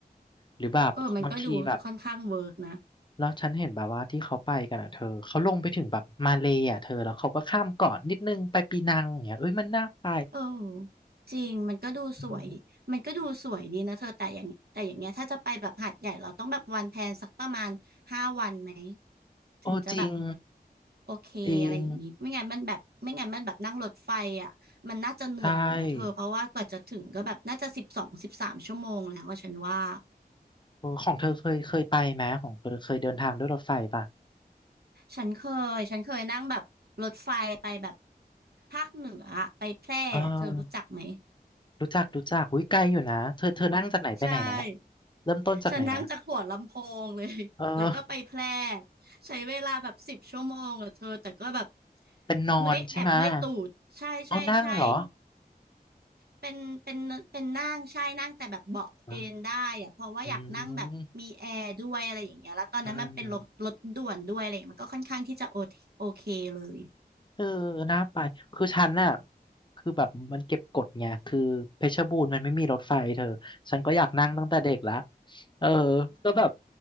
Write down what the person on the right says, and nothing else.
เออมันก็ดูค่อนข้างเวิร์กนะ
เออจริงมันก็ดูสวยมันก็ดูสวยดีนะเธอแต่อย่างแต่อย่างเงี้ยถ้าจะไปแบบหาดใหญ่เราต้องแบบวันแพลนสักประมาณห้าวันไหม
ถึงจะแบบ
โอเคอะไรอย่างงี้ไม่งั้นมันแบบไม่งั้นมันแบบนั่งรถไฟอ่ะมันน่าจะเหนื่อยอยู่นะเธอเพราะว่ากว่าจะถึงก็แบบน่าจะสิบสองสิบสามชั่วโมงแล้วอะฉันว่า
ฉันเคยฉันเคยนั่งแบบรถไฟไปแบบภาคเหนืออะไปแพร่อะเธอรู้จักไหม
ใช่
ฉันนั่งจากหัวลำโพงเลย <laughs>
แล้วก็ไปแพร่ใช้เวลาแบบสิบชั่วโมงอะเธอ แต่ก็แบบ
เมื่อยแอบเมื่อยตูด ใช่ใช่ใช่
เป็นเป็นเป็นนั่งใช่นั่งแต่แบบเบาะเอนได้อะเพราะว่าอยากนั่งแบบมีแอร์ด้วยอะไรอย่างเงี้ยแล้วตอนนั้นมันเป็นรถรถด่วนด้วยอะไรอย่างเงี้ยมันก็ค่อนข้างที่จะโอเคโอเคเลย